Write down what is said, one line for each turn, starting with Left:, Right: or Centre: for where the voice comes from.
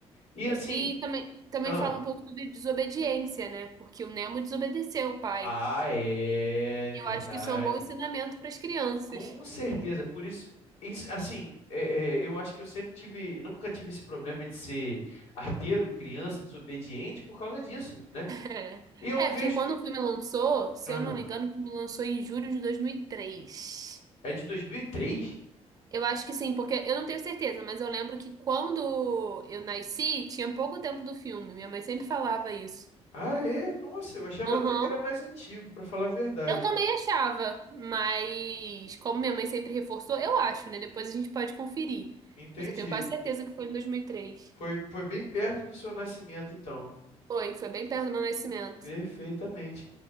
Left: E assim,
Right: E também, também
Left: ah,
Right: fala um pouco sobre desobediência, né? Porque o Nemo desobedeceu o pai.
Left: ah, é
Right: E
Left: verdade.
Right: eu acho que isso é um bom ensinamento para as crianças.
Left: Com certeza, por isso, isso- assim, é- é, eu acho que eu sempre tive, nunca tive esse problema de ser arteiro, criança, desobediente por causa disso, né?
Right: É.
Left: E eu
Right: É,
Left: vejo,
Right: porque quando o filme lançou, se
Left: Aham.
Right: eu não me engano, o filme lançou em julho de 2003.
Left: é de dois mil e três
Right: Eu acho que sim, porque eu não tenho certeza, mas eu lembro que quando eu nasci, tinha pouco tempo do filme. Minha mãe sempre falava isso.
Left: Ah, é? Nossa, eu achava
Right: Aham.
Left: até que era mais antigo, para falar a verdade.
Right: Eu também achava, mas como minha mãe sempre reforçou, eu acho, né? Depois a gente pode conferir.
Left: Entendi.
Right: Mas eu tenho quase certeza que foi em 2003.
Left: Foi, foi bem perto do seu nascimento, então.
Right: Foi, foi bem perto do meu nascimento.
Left: Perfeitamente.